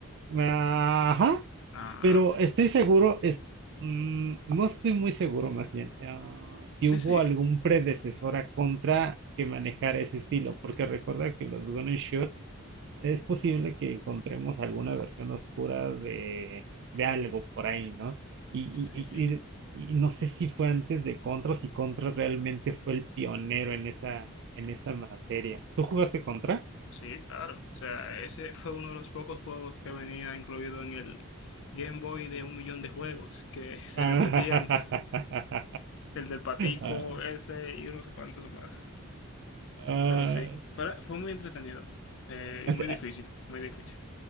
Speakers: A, on the right; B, on the left.
A: Ajá,
B: Ah,
A: Pero estoy seguro, es- mm, no estoy muy seguro más bien, ah, si
B: sí,
A: hubo
B: sí.
A: algún predecesor
B: Eh,
A: a Contra que manejara ese estilo, porque recuerda que los Gun Shot es posible que encontremos alguna versión oscura de, de algo por ahí, ¿no? Y,
B: Sí,
A: y- y- y- y no sé si fue antes de Contra o si Contra realmente fue el pionero en esa, en esa materia. ¿Tú jugaste Contra?
B: sí, claro. O sea, ese fue uno de los pocos juegos que venía incluido en el Game Boy de un millón de juegos que se
A: <laughs> Ah,
B: repetían, <laughs>
A: ah,
B: el del patico,
A: ah.
B: ese y unos cuantos más.
A: ah, ah,
B: Pero sí, fue, fue muy entretenido eh,
A: ah,
B: y muy difícil, muy difícil.